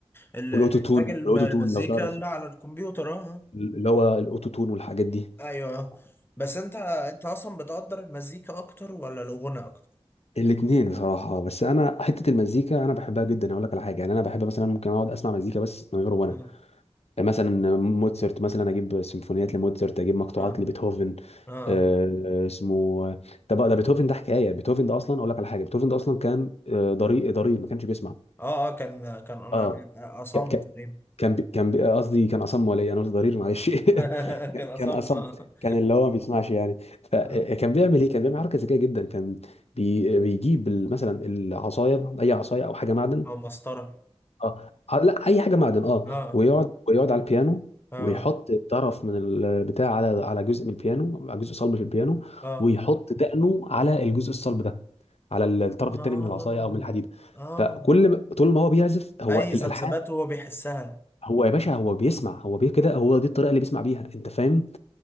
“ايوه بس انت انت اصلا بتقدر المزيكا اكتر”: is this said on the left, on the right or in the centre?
Left